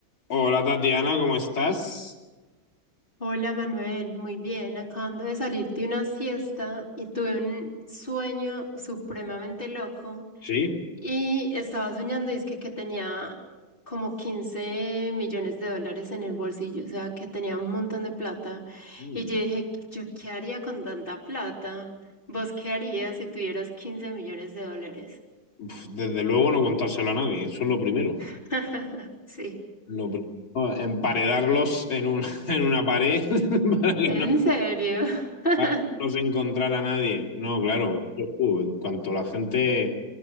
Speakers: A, on the left; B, on the left.
A: Hola Tatiana, ¿cómo estás?
B: Hola Manuel, muy bien. Acabando de salir de una siesta y tuve un sueño supremamente loco
A: Sí,
B: y estaba soñando y es que, que tenía como 15 millones de dólares en el bolsillo, o sea que tenía un montón de plata
A: Mm,
B: y yo dije, ¿yo qué haría con tanta plata? ¿Vos qué harías si tuvieras quince millones de dólares?
A: pf, desde luego no contárselo a nadie, eso es lo primero.
B: <laughs> Sí,
A: Lo pri- no, emparedarlos en un, <laughs> en una pared <laughs> para que
B: en
A: no,
B: serio. <laughs>
A: para que no se encontrara nadie. No, claro, eso, uh, en cuanto la gente,